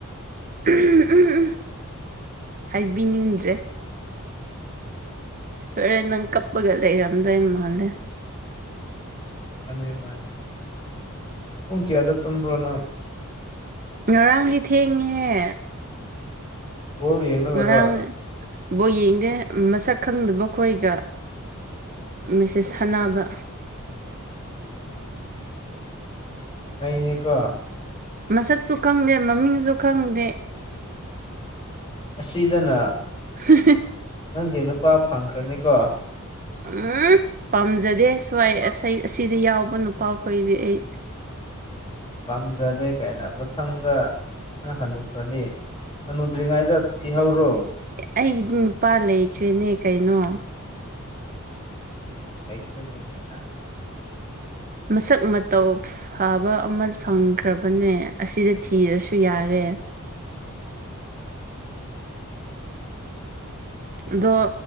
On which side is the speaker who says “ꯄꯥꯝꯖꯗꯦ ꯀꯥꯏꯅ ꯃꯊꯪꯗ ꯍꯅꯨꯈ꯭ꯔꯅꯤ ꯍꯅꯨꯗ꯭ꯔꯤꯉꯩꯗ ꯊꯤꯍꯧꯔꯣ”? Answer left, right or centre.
Left